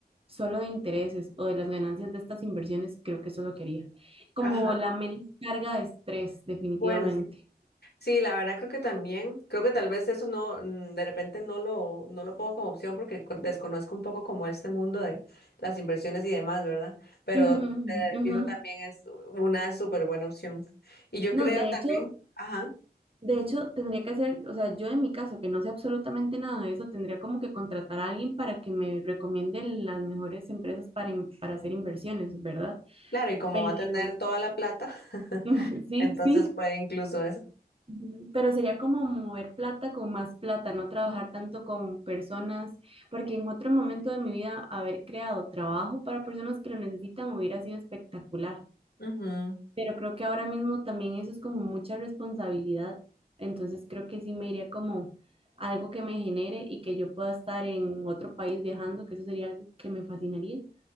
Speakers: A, on the right (about 35°); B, on the left (about 75°).
A: solo de intereses o de las ganancias de estas inversiones, creo que eso es lo que haría. Como
B: ajá.
A: la menos carga de estrés, definitivamente.
B: Bueno, sí. Sí, la verdad creo que también, creo que tal vez eso no, mm, de repente no lo, no lo pongo como opción porque co- desconozco un poco como este mundo de las inversiones y demás, ¿verdad? Pero
A: Ujú,
B: eh,
A: ujú.
B: fijo también es una súper buena opción. Y yo
A: No,
B: creo
A: de
B: también,
A: hecho,
B: ajá,
A: de hecho, tendría que hacer, o sea, yo en mi caso, que no sé absolutamente nada de eso, tendría como que contratar a alguien para que me recomiende las mejores empresas para, in- para hacer inversiones, ¿verdad?
B: claro, y como
A: Pero,
B: va a tener toda la plata, <laughs>
A: <laughs> sí,
B: entonces
A: sí.
B: puede incluso eso.
A: Ujú, Pero sería como mover plata con más plata, no trabajar tanto con personas, porque en otro momento de mi vida haber creado trabajo para personas que lo necesitan hubiera sido espectacular.
B: Ujú,
A: Pero creo que ahora mismo también eso es como mucha responsabilidad, entonces creo que sí me iría como algo que me genere y que yo pueda estar en otro país viajando, que eso sería algo que me fascinaría,